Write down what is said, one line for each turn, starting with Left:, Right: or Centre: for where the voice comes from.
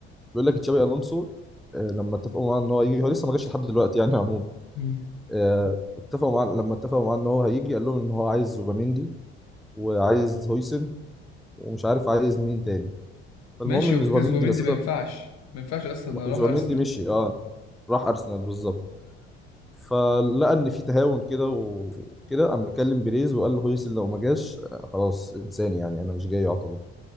Centre: بيقول لك تشابي الونسو آه، لما اتفقوا معاه ان هو يجي هو لسه ما جاش لحد دلوقتي يعني عموما
Left: مم.
Centre: آه، اتفقوا معاه لما اتفقوا معاه ان هو هيجي قال لهم ان هو عايز زوباميندي وعايز هويسن ومش عارف عايز مين تاني فالمهم
Left: ماشي
Centre: ان
Left: هو كده
Centre: زوباميندي
Left: كده زوبيمندي
Centre: بس
Left: ما ينفعش ما ينفعش اصلا انا
Centre: زوبيميندي
Left: راح ارسنال
Centre: مشي اه راح ارسنال بالظبط فلقى ان في تهاون كده و- وكده قام مكلم بيريز وقال له هويسن لو ما جاش آه، خلاص انساني يعني انا مش جاي يعتبر